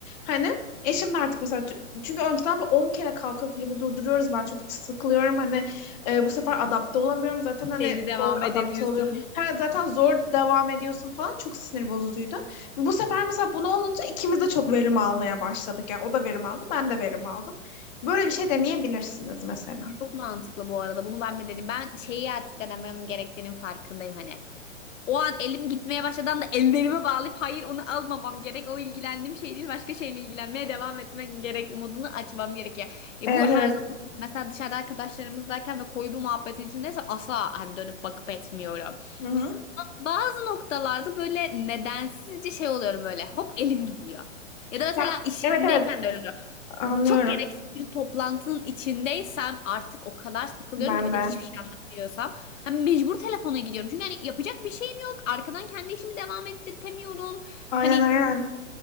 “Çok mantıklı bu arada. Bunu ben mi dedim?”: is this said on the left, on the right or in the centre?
Left